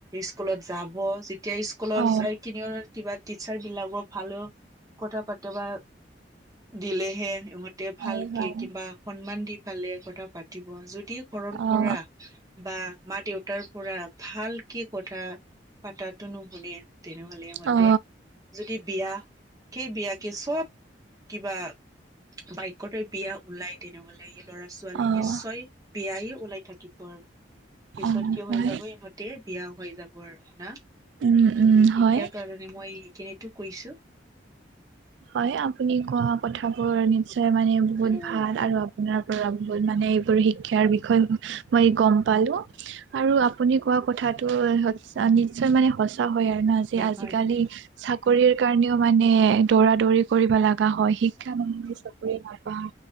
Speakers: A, on the right; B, on the right.
A: স্কুলত যাব। যেতিয়া স্কুলৰ
B: অ
A: যাই কিনও কিবা টিচাৰ বিলাকক। ভালে কথা পাতে বা। দিলেহে ইহঁতে
B: হয়
A: ভালকে
B: হয়
A: কিবা সন্মান দি পালে কথা পাতিব যদি ঘৰত।
B: অ
A: পৰা বা মা দেউতাৰ পৰা ভাল। কি কথা পাতাটো নুশুনে। তেনেহলে মতে
B: অ
A: যদি বিয়া সেই বিয়া। চব কিবা বাইকতে বিয়া ওলাই তেনেকুৱা লাগিল। লৰা ছোৱালী
B: অ
A: নিশ্চয় বিয়ায়ে ওলাই থাকিব আৰু পিছত
B: অ',
A: কিয় হৈ
B: হয়,
A: যাব ইহঁতে। বিয়া হৈ যাব আৰু না ত
B: উম, উম,
A: মানে শিক্ষাৰ
B: হয়।
A: কাৰণে মই। কেন্ত কৈছো।
B: হয় আপুনি কোৱা কথাবোৰ নিশ্চয় মানে বহুত
A: হয়
B: ভাল আৰু আপোনাৰ পৰা বহুত। মানে এইবোৰ শিক্ষাৰ বিষয়ে মই গম পালো আৰু আপুনি কোৱা কথাটো নিশ্চয় মানে সঁচা হয় আৰু ন যে আজিকালি।
A: হয়
B: চাকৰিৰ কাৰণেও মানে দৌৰা দৌৰি কৰিব লগা হয় শিক্ষা নহ চাকৰি কাৰ।